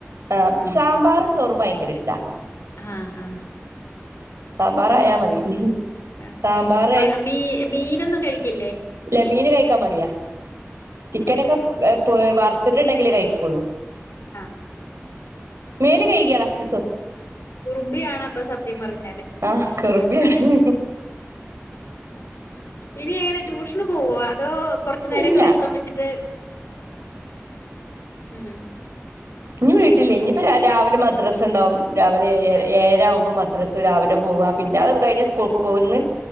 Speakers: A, on the right (about 80°); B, on the left (about 65°).
A: ആഹ്
B: ഉം
A: സാമ്പാറും ചോറും ഭയങ്കരഇഷ്ടാ.
B: ആഹ് ആഹ്
A: സാമ്പാറായാ മതി.
B: ആഹ്
A: സാമ്പാറ്
B: ആഹ്. ആഹ് മീ മീനൊന്നും കഴിക്കില്ലെ?
A: ല്ല മീന് കഴിക്കാൻ മടിയാ. ചിക്കനൊക്കെ പൊ ഏഹ് പൊ വർത്ത് ട്ട്ണ്ടെങ്കിലെ കഴിക്കൊള്ളു.
B: ആഹ്
A: മേല് കെയ്ക്യാളാ റിസൊ
B: കുറുമ്പിയാണ് അപ്പൊ സത്യം പറഞ്ഞാല്
A: ആഹ് കുറുമ്പിയാണ്.
B: ഇനി എങ്ങനെ ട്യൂഷന് പോവൊ. അതോ? കൊറച്ചു നേരൊക്കെ
A: ഇല്ല
B: വിശ്രമിച്ചിട്ട് ഉം.
A: ഇഞ്ഞ് വീട്ടില്. ഇഞ്ഞിപ്പ ര രാവിലെ മദ്രാസ‌ൻണ്ടാവും. രാവിലെ ഏഴര
B: ആഹ്
A: ഏഴരാവ്മ്പം മദ്രസ് രാവിലെ പോവാ. പിന്നെ അത് കഴിഞ്ഞ് സ്കൂൾക്ക് പോവും. ഇന്ന്